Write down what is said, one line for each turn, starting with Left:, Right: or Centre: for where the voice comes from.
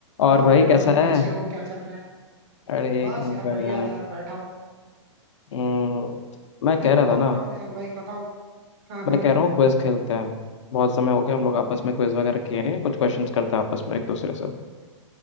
Left: और
Right: और
Left: भाई
Right: मेरे
Left: कैसा
Right: भाई
Left: है
Right: कैसे हो क्या चल रहा है
Left: अरे
Right: बस
Left: एक नंबर
Right: यार बढ़िया
Left: यार
Right: यार बैठा हूँ
Left: हम्म, मैं कह
Right: बोर
Left: रहा था ना
Right: हो रहा हूँ यार भाई बताओ हाँ हाँ
Left: मैं कह
Right: हाँ
Left: रहा हूँ क्विज खेलते हैं बहुत समय हो गया हम लोग आपस में क्विज वगैरह किए नहीं कुछ क्वेश्चंस करते हैं आपस में एक दूसरे से